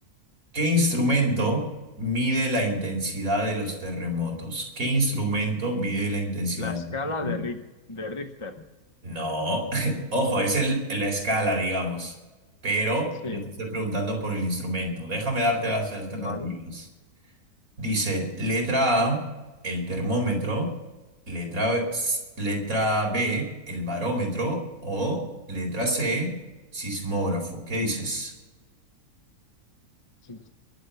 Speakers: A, on the right; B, on the left.
A: ¿Qué instrumento mide la intensidad de los terremotos? ¿Qué instrumento mide la intensidad?
B: La
A: de
B: escala
A: los terremotos?
B: de Ri- de Richter.
A: No, <laughs> ojo, es el, la escala, digamos. Pero
B: Sí,
A: yo te estoy preguntando por el instrumento. Déjame darte las alternativas.
B: vale.
A: Dice, letra A, el termómetro, letra, B- s- letra B, el barómetro o letra C, sismógrafo. ¿Qué dices?
B: Sí.